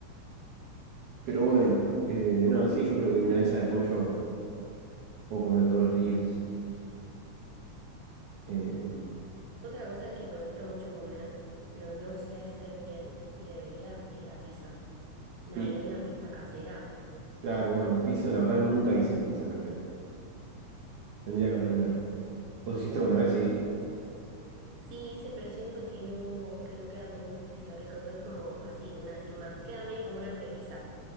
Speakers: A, on the right; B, on the right.
A: pero bueno, eh, no, sí, yo creo que milanesa de pollo puedo comer todos los días. Eh,
B: Otra cosa que me gusta mucho comer, pero no sé hacer bien y debería, es la pizza. Una
A: pi-
B: buena pizza casera.
A: claro, bueno, pizza la verdad nunca hice pizza casero. Tendría que aprender. ¿Vos hiciste alguna vez? Sí.
B: Sí hice, pero siento que no, que no queda con un gustito rico, que es como así, una sin más. Queda medio como una prepizza.